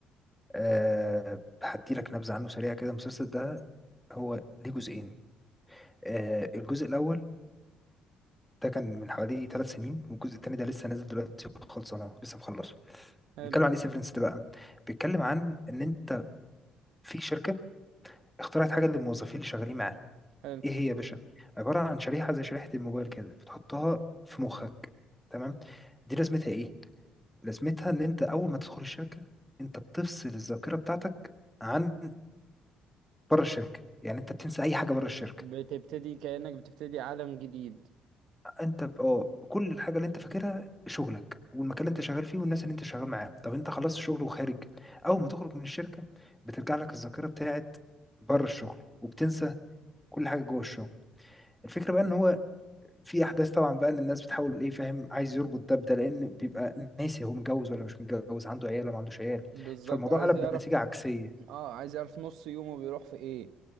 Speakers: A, in the centre; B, on the right (about 80°).
A: آه هدي لك نبذه عنه سريعه كده المسلسل ده هو ليه جزئين آه الجزء الاول ده كان من حوالي ثلاث سنين والجزء التاني ده لسه نازل دلوقتي خلصانه لسه مخلصه
B: حلو
A: بيتكلم عن ايه سيفرنس ده بقى بيتكلم عن ان انت في شركه اخترعت حاجه للموظفين اللي شغالين معاها
B: حلو
A: ايه هي يا باشا عباره عن شريحه زي شريحه الموبايل كده بتحطها في مخك تمام دي لازمتها ايه لازمتها ان انت اول ما تدخل الشركه انت بتفصل الذاكره بتاعتك عن بره الشركه يعني انت بتنسى اي حاجه بره الشركه
B: بتبتدي كأنك بتبتدي عالم جديد
A: انت ب- اه كل الحاجه اللي انت فاكرها شغلك والمكان اللي انت شغال فيه والناس اللي انت شغال معاهم طب انت خلصت شغل وخارج اول ما تخرج من الشركه بترجع لك الذاكره بتاعت بره الشغل وبتنسى كل حاجه جوه الشغل الفكره بقى ان هو في احداث طبعا بقى ان الناس بتحاول ايه فاهم عايز يربط ده بده لان بيبقى ناسي هو متجوز ولا مش متجوز عنده عيال ولا ما عندوش عيال
B: بالظبط
A: فالموضوع
B: عايز
A: قلب
B: يعرف
A: بنتيجه عكسيه
B: اه عايز يعرف نص يومه بيروح في ايه